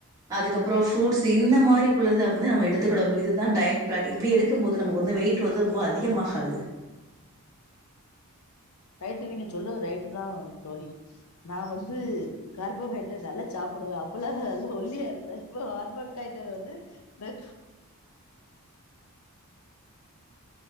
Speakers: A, on the right; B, on the left.
A: அதுக்கப்றோ ஃப்ரூட்ஸு இந்த மாரி குள்ளத வந்து நம்ம எடுத்துக்கிடணு இதுதா டயட் பிளானு இப்டி எடு க்கும் போது நமக்கு வந்து வெயிட்டு வந்து ரொம்ப அதிகமாகாது
B: ரைட்டு நீங்க சொல்றது ரைட் தா தோழி நா வந்து கார்போஹைட்ரட் நல்லா சாப்புடுவ அப்பல்லா நல்லா ஒல்லியா இருந்தே இப்ப ஹார்போர்ட்ஹைட்டட் வந்து தட்